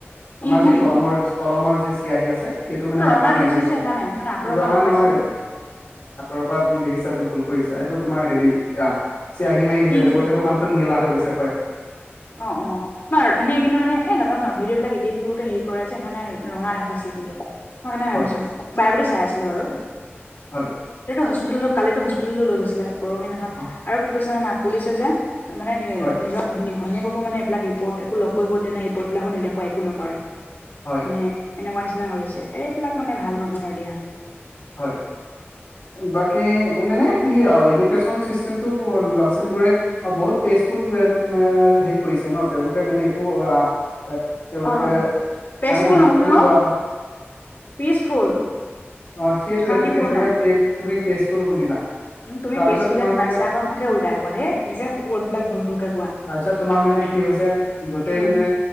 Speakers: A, on the left (about 75°); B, on the left (about 55°).
A: আমাৰ
B: ইংকহে
A: যি
B: নেকি
A: কলমৰ, কলমৰ যে চিয়াহী আছে। সেইটো
B: এইটো
A: মানে
B: ৰঙা
A: মুখত
B: দেখিছিলো
A: মাৰি দিছে,
B: যে সেইকাৰণে মানে আঁতৰৰ পৰা
A: ৰঙা
B: দেখুৱাইছে
A: নহয়।
B: যে
A: আঁতৰ পৰা তুমি দেখিছা, এইটো ভুল কৰিছা। এইটো তোমাৰ হেৰি য়া চিয়াহী মাৰি দিছে
B: ইংক
A: এইটো বহুত- তেতো মানুহটো নীলা হৈ গৈছে হয়।
B: অঁ' অঁ' নহ এনে কিন্তু মানে এই নাজানো আৰু ভিডিঅ' বিলাক ইডিট কৰোতে হেৰি কৰে যে সেইকানে ৰঙা দেখুৱাইছিলে কিন্তু। স কাৰণে ভাবিছো
A: হয়
B: বাৰে বুলি চাই আছিলো বাৰু
A: হয়
B: এটো হস্পিতেলটো- কালিতো হস্পিতেললো গৈছিলে পৰহিনাখন,
A: অ
B: আৰু কি কৈছে না পুলিচে যে মানে
A: হয়
B: নিজৰ- ঘনী ঘনীয়েককো মানে এইবিলাক ৰিপৰ্ট একো লগ কৰিবও দিয়া নাই ৰিপৰ্টবিলাকো নেদেখোৱাই একো নকৰে।
A: হয়
B: মানে এনেকুৱা নিচিনা কৰিছে এইবিলাক মানে ভাল নহয় আৰু দিয়া।
A: হয়। বাকী এ মানে কি আও এডুকেচন চিষ্টেমটো ল'ৰা ছোৱালী বোৰে- অ' বহুত পেষ্ফুল ৱেব এ হেৰি কৰিছে ন, তেওঁলোকে মানে একো আ- তেওঁলোকে,
B: অ পেচফুল
A: আইন হাতত
B: নহয়
A: তুলি
B: অ
A: লোৱা-
B: পিচফুল।
A: অ' সেইটোৱেই
B: শান্তিপূৰ্ণ
A: তুমি চাগে পেজ তুমি পেজফুল শুনিলা।
B: উম' তুমি
A: তাৰপিছত
B: পেছফুলেই
A: তোমাৰ
B: কৈ
A: মানে
B: আছা, আকৌ মোক হে উলোটাই কোৱা দেই, নিজে ৱৰ্ডবিলাক ভুল ভুলকে কোৱা।
A: তাপিছত তোমাৰ মানে, কি হৈছে গোটেই
B: উম
A: মানে-